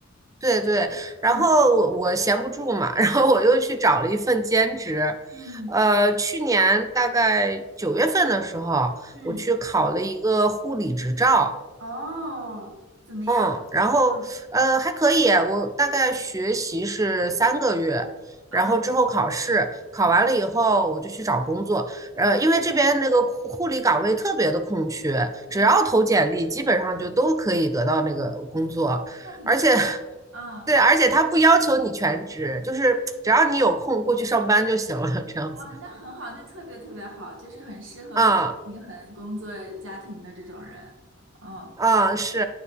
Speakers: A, on the right; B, on the right.
A: 对对，然后我我闲不住嘛，
B: 嗯
A: <laughs> 然后我又去找了一份兼职，
B: 嗯
A: 呃，去年大概九月份的时候，
B: 嗯，
A: 我去考了一个护理执照，
B: 哦，怎么样？
A: 嗯，然后呃还可以，
B: 嗯
A: 我大概学习是三个月，
B: 嗯
A: 然后之后考试，考完了以后我就去找工作。呃，
B: 嗯
A: 因为这边那个护护理岗位特别的空缺，
B: 嗯，
A: 只要投简历，基本上就都可以得到那个工作，
B: 那挺好的。
A: 而且 <laughs>
B: 啊
A: 对，而且他不要求你全职，就是只要你有空过去上班就行了，
B: 嗯
A: 这样子。
B: 啊，那很好，那特别特别好，就是很适合可以平衡工作家庭的这种人。
A: 啊、
B: 嗯
A: 啊，是，